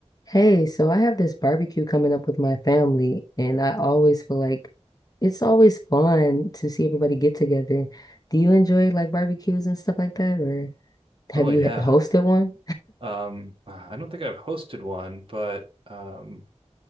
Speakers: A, on the left; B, on the right.
A: Hey, so I have this barbecue coming up with my family, and I always feel like it's always fun to see everybody get together. Do you enjoy like barbecues and stuff like that, or have
B: Oh
A: you
B: yeah.
A: h- hosted one?
B: Um, I don't think I've hosted one, but um,